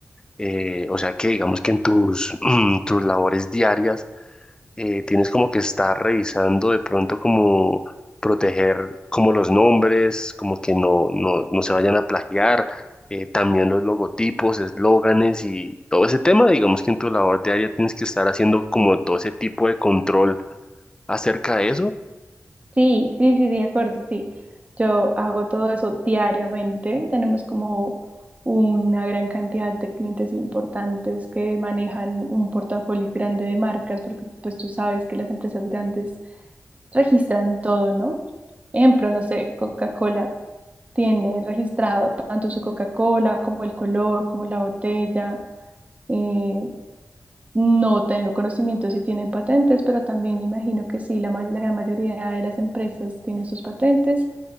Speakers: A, on the left; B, on the right.
A: eh, o sea que digamos que en tus, <clears throat> tus labores diarias eh, tienes como que estar revisando de pronto como proteger como los nombres, como que no, no, no se vayan a plagiar, eh, también los logotipos, eslóganes y todo ese tema, digamos que en tu labor diaria tienes que estar haciendo como todo ese tipo de control acerca de eso.
B: Sí, sí, sí, de acuerdo, sí. Yo hago todo eso diariamente. Tenemos como una gran cantidad de clientes importantes que manejan un portafolio grande de marcas, porque pues tú sabes que las empresas grandes registran todo, ¿no? Ejemplo, no sé, Coca-Cola tiene registrado tanto su Coca-Cola como el color, como la botella. Eh, no tengo conocimiento si tienen patentes, pero también me imagino que sí, la, ma- la gran mayoría de las empresas tiene sus patentes